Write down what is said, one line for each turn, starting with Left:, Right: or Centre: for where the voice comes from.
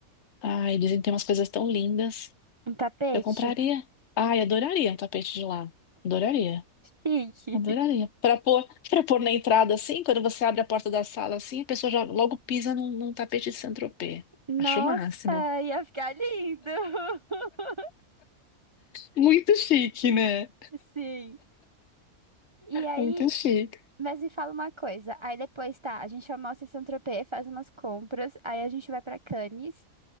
Left: Ai, dizem que tem umas coisas tão lindas.
Right: Um tapete?
Left: Eu compraria. Ai, adoraria um tapete de lá. Adoraria.
Right: Chique.
Left: Adoraria. Para pôr, <laughs> para pôr na entrada, assim, quando você abre a porta da sala, assim, a pessoa já logo pisa num, num tapete de Saint-Tropez.
Right: Nossa,
Left: Acho o máximo.
Right: ia ficar lindo! <laughs>
Left: Muito chique, né?
Right: Sim. E aí,
Left: Muito chique.
Right: mas me fala uma coisa. Aí depois, tá, a gente almoça em Saint-Tropez, faz umas compras, aí a gente vai pra Cannes.